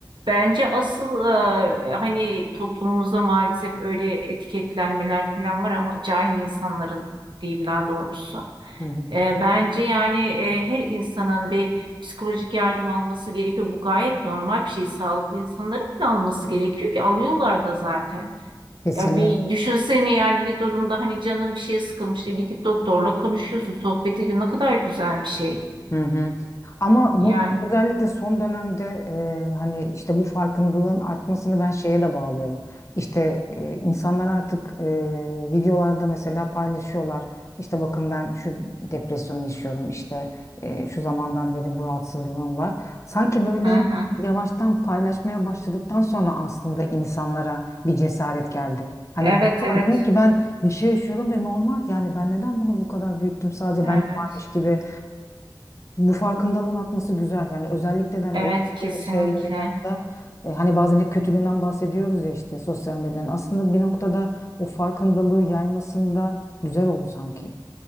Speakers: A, on the right; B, on the left.
A: Bence asıl e, hani toplumumuzda maalesef öyle etiketlenmeler falan var ama cahil insanların diyeyim daha doğrusu.
B: Hı hı.
A: E, bence yani e, her insanın bir psikolojik yardım alması gerekiyor. Bu gayet normal bir şey. Sağlıklı insanların bile alması gerekiyor ki alıyorlar da zaten.
B: Kesinlikle.
A: Ya bir düşünsene yani bir durumda hani canın bir şeye sıkılmış diye gidip doktorla konuşuyorsun, sohbet ediyorsun. Ne kadar güzel bir şey.
B: Hı hı. Ama bunu
A: Yani.
B: özellikle son dönemde e, hani işte bu farkındalığın artmasını ben şeye de bağlıyorum. İşte e, insanlar artık e, videolarda mesela paylaşıyorlar. İşte bakın ben şu depresyonu yaşıyorum. İşte e, şu zamandan beri bu rahatsızlığım var. Sanki böyle
A: Hı hı.
B: yavaştan paylaşmaya başladıktan sonra aslında insanlara bir cesaret geldi. Hani
A: Evet
B: "Aa,
A: evet
B: demek ki ben bir şey yaşıyorum ve normal yani ben neden bunu bu kadar büyüttüm sadece bende
A: evet
B: varmış gibi bu farkındalığın atması güzel. Yani özellikle de hani
A: evet
B: o
A: kesinlikle.
B: dediğimiz şeylerin yanında e, hani bazen hep kötülüğünden bahsediyoruz ya işte sosyal medyanın. Aslında bir noktada o farkındalığı yaymasında güzel oldu sanki.